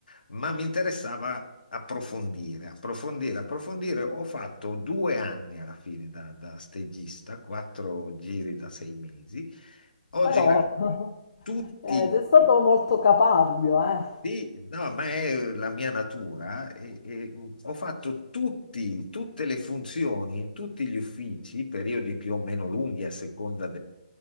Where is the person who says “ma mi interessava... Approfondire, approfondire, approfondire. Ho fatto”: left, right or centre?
Left